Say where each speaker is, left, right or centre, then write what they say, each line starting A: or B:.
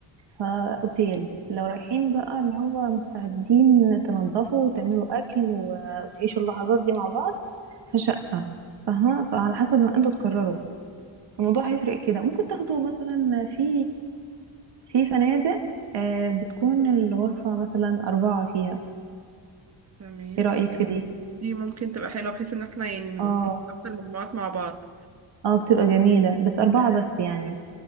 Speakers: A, on the right (about 65°); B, on the right (about 35°).
A: فاوتيل لو رايحين بقى اللي هو مستعدين تنضفوا وتعملوا اكل و- وتعيشوا اللحظات دي مع بعض فشقة فاهمة فعلى حسب ما انتوا تقرروا الموضوع هيفرق كده ممكن تاخدوا مثلا في في فنادق آه، بتكون الغرفة مثلا أربعة فيها
B: تمام
A: ايه رأيك في دي؟
B: دي ممكن تبقى حلوه بحيث ان احنا يعني نبقى
A: اه
B: اكتر مجموعات مع بعض
A: اه بتبقى جميلة بس أربعة بس يعني